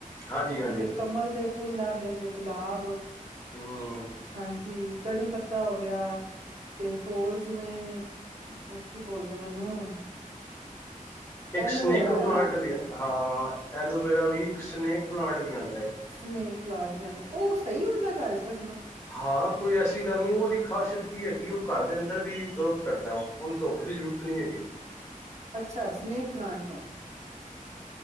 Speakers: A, on the left; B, on the right.
A: ਹਾਂਜੀ ਹਾਂਜੀ
B: ਇੱਕ ਕਮਲ ਦੇ ਫੁੱਲ ਲਾਂਉਦੇ ਜੇ ਗੁਲਾਬ
A: ਹੋ
B: ਹਾਂਜੀ, ਕੜੀ ਪੱਤਾ ਹੋ ਗਿਆ ਤੇ ਹੋਰ ਜਿਵੇਂ ਉਹ ਕੀ ਬੋਲਦੇ ਉਹਨੂੰ <inaudible>
A: ਇੱਕ
B: ਐਲੋਵੇਰਾ
A: ਸਨੇਕ ਪਲਾਂਟ
B: ਹੈ ਨਾ
A: ਵੀ ਹਾਂ, ਐਲੋਵੇਰਾ ਵੀ, ਇੱਕ ਸਨੇਕ ਪਲਾਂਟ ਵੀ ਆਉਂਦਾ ਹੈ।
B: ਸਨੇਕ ਪਲਾਂਟ ਵੀ ਆਉਂਦਾ ਉਹ ਸਹੀ ਹੁੰਦਾ ਘਰ ਚ' ਰ
A: ਹਾਂ ਕੋਈ ਏਸੀ ਅ ਗੱਲ ਨਹੀਂ ਉਹਦੀ ਖਾਸੀਅਤ ਕੀ ਹੈਗੀ ਉਹ ਘਰ ਦੇ ਅੰਦਰ ਵੀ ਗਰੋਥ ਕਰਦਾ ਉਹ, ਉਹਨੂੰ ਧੁੱਪ ਦੀ ਜ਼ਰੂਰਤ ਨਹੀਂ ਹੈਗੀ।
B: ਅੱਛਾ ਸਨੇਕ ਪਲਾਟ ਨੂੰ।